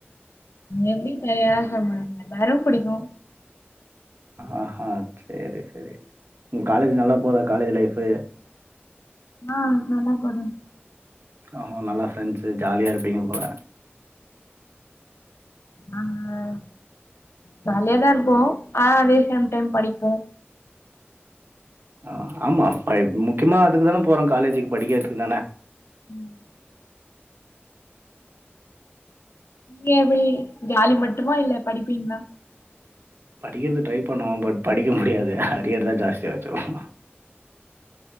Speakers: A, on the left; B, on the right.
A: எப்டி தனியா சொல்ல முடியு எல்லாரு புடிக்கு
B: ஆஹா சேரி சேரி உங் காலேஜ் நல்லா போதா காலேஜ் லைப் போய
A: ஆ நல்லாப் போதுங்
B: ஓஹோ நல்லா ஃப்ரெண்ட்ஸு ஜாலியா இருப்பீங்க போல
A: ஆமா ஜாலியாதா இருப்போ ஆனா அதே சேம் டைம் படிப்போ
B: ஆ ஆம்மா பிரைம் முக்கியமா அதுக்கு தான போறோ காலேஜுக்கு படிக்குறதுக்கு தான
A: ம் நீங்க எப்டி ஜாலி மட்டுமா இல்ல படிப்பீங்களா
B: படிக்கிறது ட்ரை பண்ணுவோ பட் படிக்க முடியாது அறியற்தா ஜாஸ்தியா வெச்சுருவோ